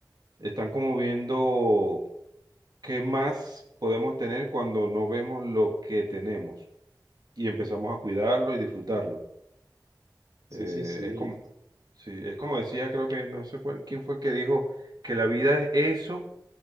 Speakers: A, on the right; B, on the right.
A: están como viendo ¿Qué más podemos tener cuando no vemos lo que tenemos y empezamos a cuidarlo y disfrutarlo? Eh,
B: Sí, sí, sí.
A: es como, sí, es como decía, creo que no sé cuál- quién fue que dijo que la vida es eso,